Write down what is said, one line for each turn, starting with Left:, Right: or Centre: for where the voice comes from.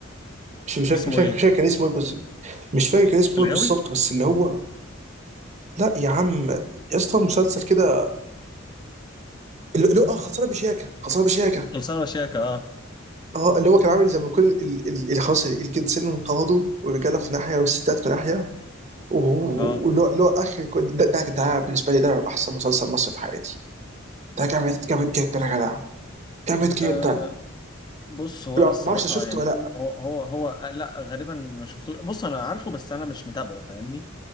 Right: مش مش فاكر
Left: اسمه
Right: مش فاكر
Left: ايه
Right: مش فاكر كان اسمه ايه بالظبط مش فاكر كان اسمه
Left: الغاوي
Right: ايه بالظبط بس اللي هو لا يا عم يا اسطى مسلسل كده اللي اللي هو اه خلصانه بشياكه خلصانه بشياكه
Left: خلصانه وشياكه اه
Right: اه اللي هو كان عامل زي ما يكون ال- ال- اللي خلاص ال- الجنسين انقرضوا والرجاله في ناحيه والستات في ناحيه و-
Left: اه
Right: واللي هو اللي هو اخر كو- ده, ده ده بالنسبه لي ده احسن مسلسل مصري في حياتي ده جامد جامد جدا يا جدع جامد جدا
Left: آه، بص هو
Right: ما
Left: انا الصراحه
Right: اعرفش إذا شفته
Left: يعني
Right: ولا لا
Left: هو هو هو آه، لا غالبا ما شفتوش بص انا عارفه بس انا مش متابعه فاهمني